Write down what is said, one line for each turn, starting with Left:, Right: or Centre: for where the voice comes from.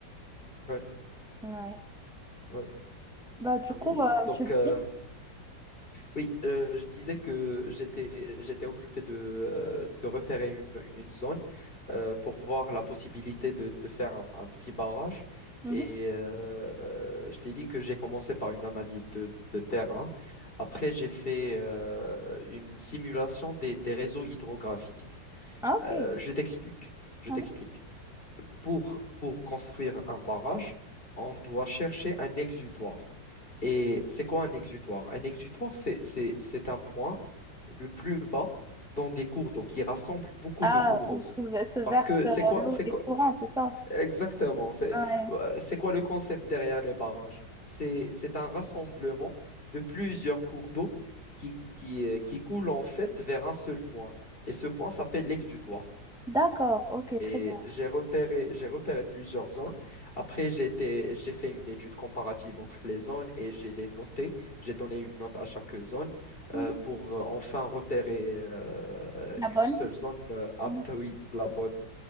Left: ouais,
Centre: Ouais.
Left: ouais.
Centre: Bah, du
Left: Ami,
Centre: coup, euh,
Left: donc
Centre: tu disais...
Left: euh, Oui, euh, je disais que j'étais j'étais occupé de, euh, de repérer une, une zone euh, pour voir la possibilité de, de faire un, un petit barrage.
Centre: Mhm.
Left: Et euh, euh, je t'ai dit que j'ai commencé par une analyse de, de terrain. Après, j'ai fait euh, une simulation des, des réseaux hydrographiques.
Centre: Ah, ok.
Left: Euh, je t'explique. Je
Centre: Mhm.
Left: t'explique pour, pour construire un barrage, on doit chercher un exutoire. Et c'est quoi un exutoire? Un exutoire, c'est, c'est, c'est un point le plus bas dans des cours d'eau qui rassemble beaucoup
Centre: Ah,
Left: de cours d'eau.
Centre: où se se verse
Left: Parce que
Centre: euh,
Left: c'est quoi,
Centre: l'eau
Left: c'est quoi,
Centre: des courants, c'est ça?
Left: exactement, c'est,
Centre: Ouais.
Left: euh, c'est quoi le concept derrière les barrages? C'est, c'est un rassemblement de plusieurs cours d'eau qui, qui, euh, qui coulent en fait vers un seul point. Et ce point s'appelle l'exutoire.
Centre: D'accord, ok,
Left: Et
Centre: très bien.
Left: j'ai repéré, j'ai repéré plusieurs zones. Après, j'ai été- j'ai fait une étude comparative entre les zones et j'ai les notées. J'ai donné une note à chaque zone
Centre: Mhm.
Left: euh, pour euh, enfin repérer euh,
Centre: La
Left: une
Centre: bonne?
Left: seule zone euh, apte,
Centre: Mhm.
Left: oui, la bonne.